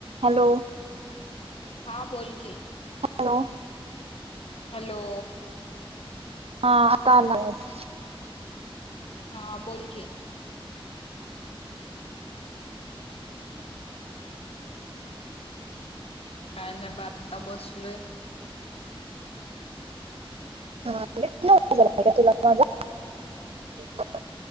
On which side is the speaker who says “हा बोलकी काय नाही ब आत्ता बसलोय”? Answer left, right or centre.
Left